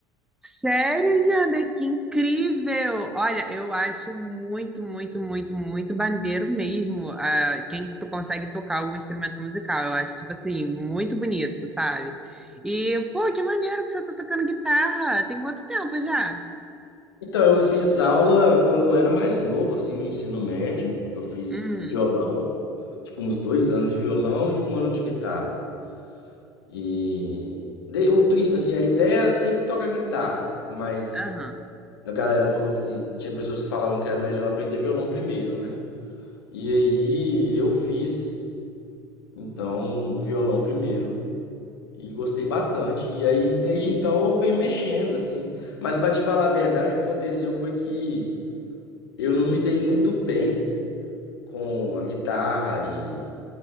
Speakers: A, in the centre; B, on the left.
A: Sério, Jander, que incrível! Olha, eu acho muito, muito, muito, muito bandeiro mesmo, ah, quem tu consegue tocar algum instrumento musical. Eu acho, tipo assim, muito bonito, sabe? E, pô, que maneiro que você tá tocando guitarra. Tem quanto tempo já?
B: Então, eu fiz aula quando eu era mais novo, assim, no ensino médio. Eu fiz
A: Hum,
B: violão, tipo uns dois anos de violão e um ano de guitarra. E de- o, pri- assim, a ideia era sempre tocar guitarra, mas
A: aham.
B: a galera falou que tinha pessoas que falavam que era melhor aprender violão primeiro, né? E aí eu fiz, então, o violão primeiro. E gostei bastante. E aí, desde então, eu venho mexendo, assim. Mas pra te falar a verdade, o que aconteceu foi que eu não me dei muito bem com a guitarra e,